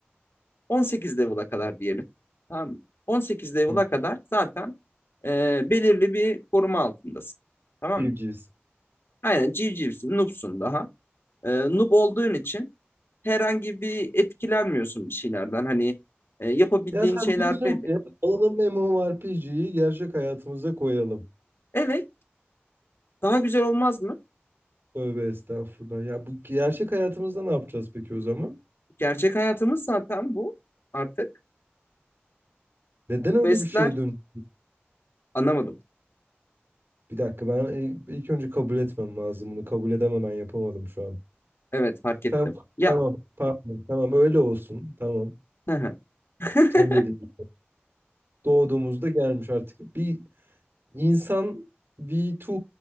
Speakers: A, on the left; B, on the right.
A: 18 level'a kadar diyelim. Tamam. 18 level'a
B: Hı.
A: kadar zaten e, belirli bir koruma altındasın. Tamam
B: Civcivs.
A: mı? Aynen civcivsin, noobsun daha. Ee, noob olduğun için herhangi bir etkilenmiyorsun bir şeylerden. Hani e, yapabildiğin
B: Ya sen
A: şeyler
B: diyorsun
A: belli.
B: ki alalım MMORPG'yi gerçek hayatımıza koyalım.
A: Evet, daha güzel olmaz mı?
B: Tövbe estağfurullah. Ya bu gerçek hayatımızda ne yapacağız peki o zaman?
A: Gerçek hayatımız zaten bu artık.
B: Neden öyle
A: Questler
B: bir şeye dön?
A: anlamadım.
B: Bir dakika ben ilk ilk önce kabul etmem lazım bunu. Kabul edemeden yapamadım şu an.
A: Evet, fark ettim.
B: Tamam,
A: Ya
B: tamam, pardon, tamam öyle olsun. Tamam.
A: hı hı. <laughs>
B: Senin dediğin gibi. Doğduğumuzda gelmiş artık. Bir insan V2